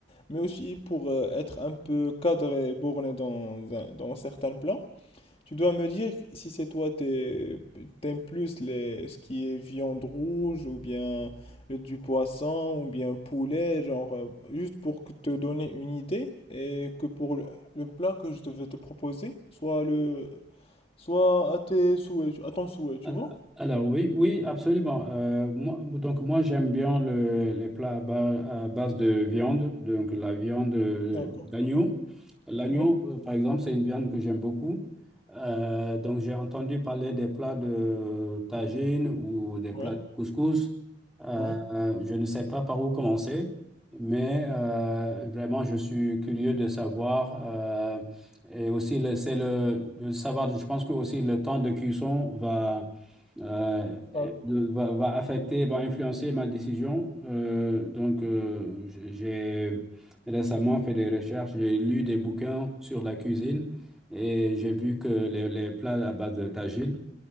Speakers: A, on the left (about 30°); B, in the centre.
A: Mais aussi pour euh, être un peu cadré et borné dans, un- dans certains plans. Tu dois me dire si c'est toi, t'es- t'aimes plus les, ce qui est viande rouge ou bien du poisson ou bien poulet, genre, euh, juste pour que te donner une idée et que pour le, le plat que je devais te proposer, soit le, soit à tes souhaits, à ton souhait, tu
B: Alors,
A: vois?
B: alors oui, oui, absolument. Euh, moi- donc moi j'aime bien le- les plats à, ba- à base de viande, donc la viande euh,
A: D'accord,
B: d'agneau. L'agneau,
A: oui,
B: euh, par exemple, c'est une viande que j'aime beaucoup. Euh, donc j'ai entendu parler des plats de tagine ou des
A: oui,
B: plats de couscous. Euh,
A: oui.
B: je ne sais pas par où commencer, mais euh, vraiment je suis curieux de savoir. euh, et aussi, le- c'est le de savoir, je pense que aussi le temps de cuisson va euh,
A: D'accord,
B: de- va, va affecter, va influencer ma décision. Euh, donc, euh, j- j'ai récemment fait des recherches, j'ai lu des bouquins sur la cuisine et j'ai vu que les, les plats à base de tagine